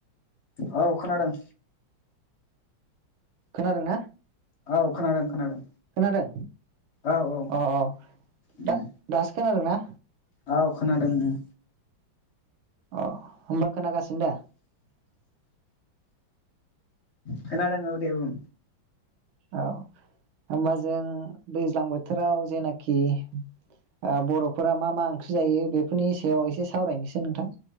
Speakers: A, on the left; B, on the right.
A: औ खोनादों।
B: खोनादोंना?
A: औ खोनादों खोनादों।
B: खोनादों
A: औ औ
B: अह अह
A: उम
B: दा दासो खोनादों ना?
A: औ खोनादों उम।
B: अह होमबा खोनागासिनो दा?
A: खोनादों औ दे बुं।
B: औ होमबा जों दैज्लां बोथोराव जेनाखि ओ बर'फोरा मा मा ओंख्रि जायो बेफोरनि सायाव एसे सावरायनोसै नोंथां।